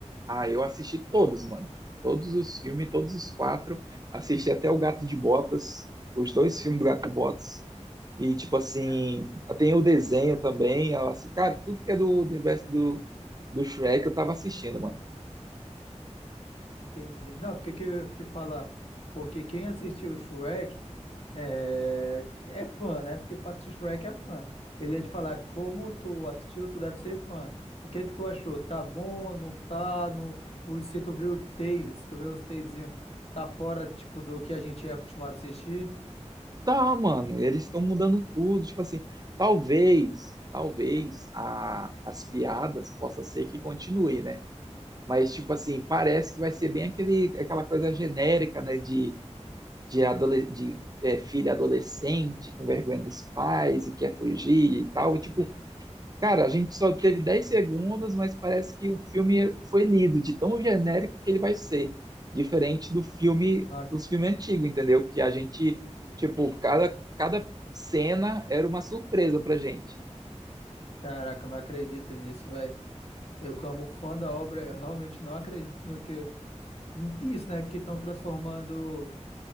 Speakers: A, on the right; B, on the left.
A: Ah, eu assisti todos, mano. Todos os filmes, todos os quatro. Assisti até o Gato de Botas, os dois filmes
B: Uhum.
A: do Gato de Botas. E, tipo assim,
B: É,
A: tem o desenho também. ela, assim, Cara, tudo que é do universo do, do Shrek eu tava assistindo, mano.
B: entendi. Não, porque que eu ia te falar? Porque quem assistiu o Shrek. É, é fã, né? Porque pra assistir Shrek é fã. Eu ia te falar, como tu assistiu, tu deve ser fã. O que que tu achou? Tá bom, não tá? Não... Ui, Se tu viu o Taze, se tu viu os Tazezinhos, tá fora, tipo, do que a gente é acostumado a assistir?
A: Tá, mano, eles estão mudando tudo. Tipo assim, talvez, talvez a, as piadas possa ser que continue, né? Mas, tipo assim, parece que vai ser bem aquele, aquela coisa genérica, né? De, de, adole de é, filha adolescente com vergonha dos pais e quer fugir e tal. E, tipo, Cara, a gente só teve 10 segundos, mas parece que o filme foi lido de tão genérico que ele vai ser, diferente do filme,
B: Não,
A: dos filmes antigos, entendeu? Que a gente, tipo, cada, cada cena era uma surpresa pra gente.
B: caraca, eu não acredito nisso, velho. Eu, como fã da obra, eu realmente não acredito no que... Disso, né? Que estão transformando...